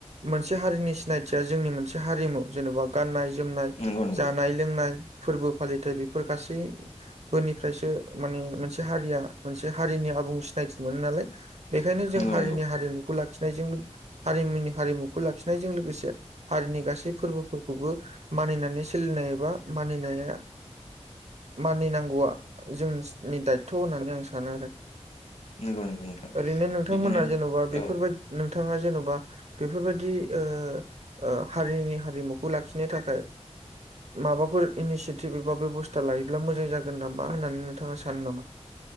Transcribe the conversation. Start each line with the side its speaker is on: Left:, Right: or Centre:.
Right: मोनसे हारिनि सिनायथिया जोंनि मोनसे हारिमु जेन'बा गाननाय जोमनाय
Left: नंगौ नंगौ
Right: जानाय लोंनाय फोरबो फालिथाय बेफोर गासै फोरनिफ्रायसो माने मोनसे हारिया मोनसे हारिनि आबुं सिनायथि मोनो नालाय। बेखायनो
Left: नंगौ
Right: जों हारिनि
Left: नंगौ
Right: हारिमुखौ लाखिनायजों हारिमुनि हारिमुखौ लाखिनायजों लोगोसे हारिनि गासै फोरबोफोरखौबो मानिनानै सोलिनाय एबा मानिनाया मानिनांगौआ जोंनि दायथ' होननानै आं सानो आरो।
Left: नंगौ नंगौ नोंथां
Right: ओरैनो नोंथांमोना
Left: बिदिनो जों
Right: जेन'बा बेफोरबाय
Left: औ
Right: नोंथाङा जेन'बा बेफोरबायदि ओ-ओ हारिनि हारिमुखौ लाखिनो थाखाय माबाफोर इनिसियेटिभ एबा बेबस्था लायोब्ला मोजां जागोन नामा होननानै नोंथाङा सानो नामा?